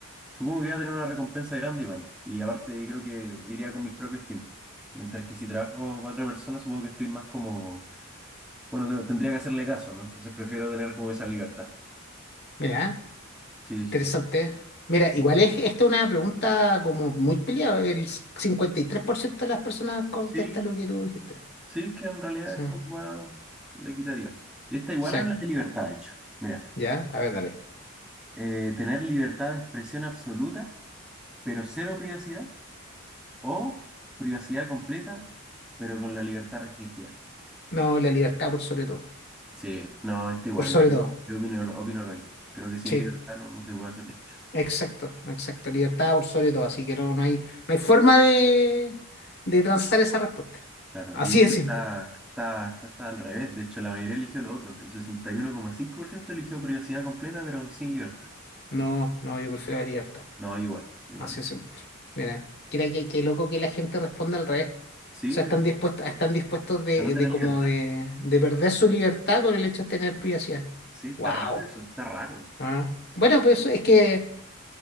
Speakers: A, in the centre; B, on the left.
A: supongo que va a tener una recompensa grande igual. Y aparte, creo que iría con mis propios tiempos. Mientras que si trabajo para otra persona, supongo que estoy más como, bueno, te- tendría que hacerle caso, ¿no? Entonces prefiero tener como esa libertad.
B: Mira,
A: Sí, sí,
B: Interesante.
A: sí.
B: Mira,
A: Sí,
B: igual es esta es una pregunta como muy peleada. El 53% de las personas contesta
A: Sí,
B: lo que tú dijiste.
A: Sí, es que en realidad
B: Sí,
A: es como más equitativa. Y esta igual
B: sí,
A: habla de libertad, de hecho. Mira,
B: ya, a ver, dale.
A: eh, tener libertad de expresión absoluta, pero cero privacidad, o privacidad completa, pero con la libertad restringida.
B: No, la libertad por sobre todo.
A: Sí, no, este igual.
B: Por sobre
A: Yo
B: todo.
A: yo opino, lo- opino lo mismo. Creo que sin
B: Sí,
A: libertad no, no se puede hacer mucho.
B: exacto, exacto. Libertad por sobre todo. Así que no, no hay, no hay forma de, de transar esa respuesta.
A: Claro,
B: Así
A: y esto
B: es simple.
A: está, esto está, esto está al revés. De hecho, la mayoría eligió lo otro. El sesenta y uno coma cinco por ciento eligió privacidad completa, pero sin libertad.
B: No, no, yo prefiero la libertad.
A: No, igual, igual.
B: Así de simple. Mira, mira qué, qué loco que la gente responda al revés. O
A: Sí,
B: sea,
A: eh,
B: están dispuestos, están dispuestos de,
A: a no tener
B: de como
A: libertad.
B: de, de perder su libertad con el hecho de tener privacidad.
A: Sí,
B: Wow.
A: está raro eso, está raro.
B: Ah. Bueno, pues eso es que